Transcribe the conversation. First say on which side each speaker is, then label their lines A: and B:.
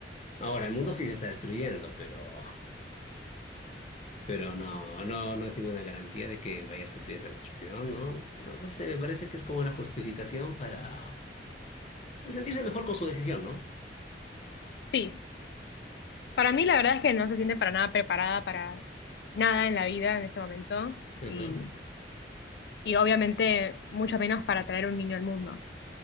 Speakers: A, on the left; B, on the left.
A: Ahora, el mundo sí se está destruyendo, pero, pero no, no, no es ninguna garantía de que vaya a sufrir esa destrucción, ¿no? No, no sé, me parece que es como una justificación para, para sentirse mejor con su decisión, ¿no?
B: Sí, para mí la verdad es que no se siente para nada preparada para nada en la vida en este momento
A: Ujú,
B: y, y obviamente mucho menos para traer un niño al mundo.